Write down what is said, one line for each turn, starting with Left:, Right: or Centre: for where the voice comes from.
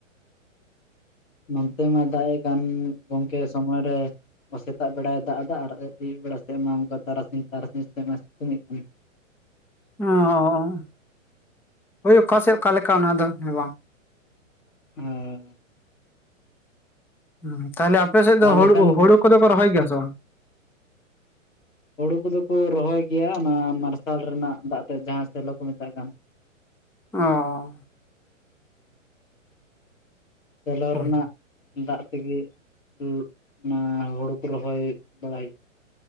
Left: ᱱᱚᱱᱛᱮ ᱢᱟᱭ ᱫᱟᱜ ᱮ ᱠᱟᱱ ᱜᱚᱝᱠᱮ ᱥᱚᱢᱚᱭ ᱨᱮ᱾ ᱥᱮᱛᱟᱜ ᱵᱮᱲᱟᱭ ᱫᱟᱜ ᱟᱫᱟ ᱟᱨ ᱟᱹᱭᱩᱵ ᱵᱮᱲᱟ ᱥᱮᱫ ᱢᱟ ᱚᱱᱠᱟ ᱛᱟᱨᱟᱥᱤᱧ ᱛᱟᱨᱟᱥᱤᱧ ᱥᱮᱫ ᱢᱟ ᱥᱤᱛᱩᱝ ᱮᱜ ᱠᱟᱱ᱾
Centre: ᱚ ᱦᱳᱭ ᱚᱠᱟ ᱥᱮᱜ ᱚᱠᱟᱞᱮᱠᱟ ᱚᱱᱟ ᱫᱚ ᱦᱮᱸ ᱵᱟᱝ?
Left: <inaudible>
Centre: ᱦᱩᱸ ᱛᱟᱦᱚᱞᱮ ᱟᱯᱮ ᱥᱮᱫ
Left: ᱛᱟᱦᱚᱞᱮ
Centre: ᱫᱚ ᱦᱩᱲᱩ,
Left: ᱠᱷᱟᱱ
Centre: ᱦᱩᱲᱩ ᱠᱚᱫᱚ ᱠᱚ ᱨᱚᱦᱚᱭ ᱜᱮᱭᱟ ᱥᱮ ᱵᱟᱝ?
Left: ᱦᱩᱲᱩ ᱠᱚᱫᱚ ᱠᱚ ᱨᱚᱦᱚᱭ ᱜᱮᱭᱟ ᱚᱱᱟ ᱢᱟᱨᱥᱟᱞ ᱨᱮᱱᱟᱜ ᱫᱟᱜ ᱛᱮ ᱡᱟᱦᱟᱸ ᱥᱮᱞᱚ ᱠᱚ ᱢᱮᱛᱟᱜ ᱠᱟᱱ᱾
Centre: ᱚᱻᱚ
Left: ᱥᱮᱞᱚ ᱨᱮᱱᱟᱜ
Centre: ᱦᱮᱸ
Left: ᱫᱟᱜ ᱛᱮᱜᱮ ᱚᱱᱟ ᱦᱩᱲᱩ ᱠᱚ ᱨᱚᱦᱚᱭ ᱵᱟᱲᱟᱭ